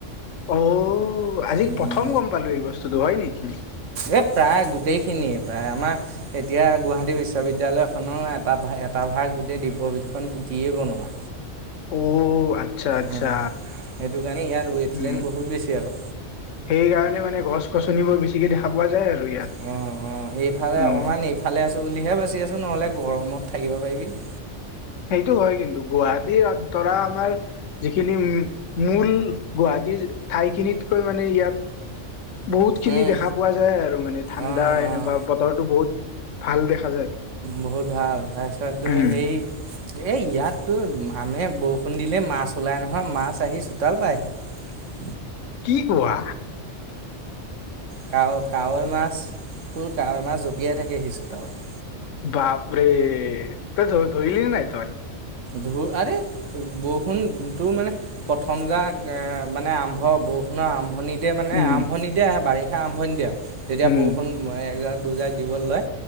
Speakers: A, on the left; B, on the right.
A: অ', আজি
B: উম।
A: প্ৰথম গম পালো এই বস্তুতটো, হয় নেকি?
B: এই প্ৰায় গোটেইখিনিয়ে প্ৰায় আমাৰ এতিয়া গুৱাহাটী বিশ্ববিদ্যালয়খনৰ এটা ভাগ এটা ভাগ গোটেই দীপৰ বিলখন পুটিয়েই বনোৱা।
A: অ', আ আচ্ছা আচ্ছা
B: উম, সেইটো কাৰণে ইয়াত ৱেটলেণ্ড
A: উম
B: বহুত বেছি আকৌ।
A: সেইকাৰণে মানে গছ গছনিবোৰ বি খিৰিকীয়েদি দেখা পোৱা যায় আৰু ইয়াত
B: অ', অ', এইফালে
A: অ
B: অকমান এইফালে আছো বুলিহে বাচি আছো নহ'লে গৰমত থাকিব পাৰিবিনি?
A: সেইটো হয় কিন্তু গুৱাহাটীৰ ধৰা আমাৰ যিখিনি মূল গুৱাহাটীৰ ঠাইখিনিতকৈ মানে ইয়াত বহুত খিনি
B: উম,
A: দেখা পোৱা যায় আৰু মানে ঠাণ্ডা
B: অ', অ',
A: এনেকুৱা
B: অ'।
A: বতৰটো বহুত ভাল দেখা যায়।
B: বহুত ভাল তাৰপিছতটো
A: উম
B: সেই এই ইয়াততো মানে বৰষুণ দিলেই মাছ ওলাই নহয় মাছ আহি চোতাল পায়হি।
A: কি কোৱা?
B: কাৱৈ কাৱৈ মাছ বোৰ কাৱৈ মাছ জঁপিয়াই থাকেহি চোতালত।
A: বাপৰে! এ তই ধ ধৰিলি নে নাই তই?
B: ধৰ আৰে বৰষুণটো মানে প্ৰথম যাক মানে আৰম্ভ বৰষুণৰ আৰম্ভণিত তেতিয়া মানে
A: উম
B: আৰম্ভণতে আহে বাৰি আৰম্ভণিতে আও তেতিয়া
A: উম
B: বৰষুণ এজাক দুজাক দিবলে লয়।